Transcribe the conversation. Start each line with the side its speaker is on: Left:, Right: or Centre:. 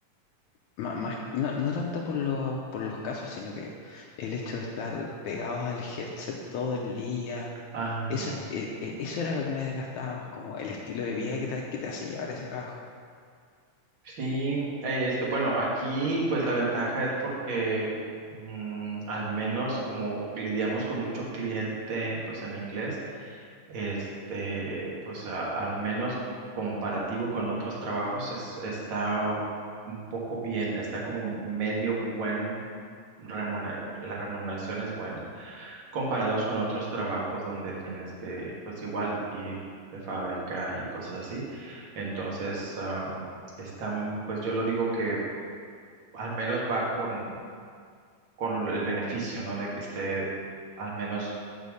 Left: Má- más, no, no tanto por, lo- por los casos, sino que el hecho de estar pegados al headset todo el día,
Right: Ah,
Left: eso, e- e- eso era lo que me desgastaba más, como el estilo de vida que te, que te hace llevar ese trabajo.
Right: sí. Este, bueno, aquí pues la ventaja es porque mm, al menos como lidiamos con mucho cliente pues en inglés, este, pues a- al menos comparativo con otros trabajos es, está un poco bien, está como medio buen remuner- la remuneración es buena. comparados con otros trabajos donde tienes que, pues igual, ir de fábrica y cosas así. Entonces, am, están, pues yo lo digo que al menos va con, con el beneficio, ¿no? De que esté, al menos